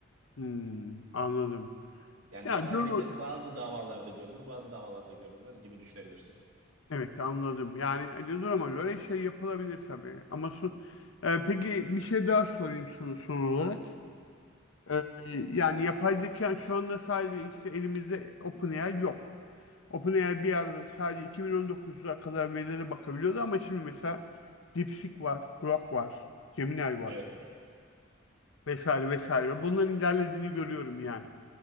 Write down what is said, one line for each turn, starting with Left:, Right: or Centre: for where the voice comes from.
Left: Hmm, anladım.
Right: Yani
Left: Yani
Right: yapay
Left: durumu
Right: zeka bazı davalarda görülür, bazı davalarda görülmez gibi düşünebilirsin.
Left: evet anladım. Yani hani duruma göre şey yapılabilir tabii. Ama son, Ee, peki bir şey daha sorayım sana son olarak. Ee, yani yapay zeka şu anda sadece işte elimizde OpenAI yok. OpenAI bir arada sadece 2019'a kadar verilere bakabiliyordu ama şimdi mesela DeepSeek var, Grok var, Gemini var
Right: Evet abi.
Left: vesaire vesaire. Bunların ilerlediğini görüyorum yani.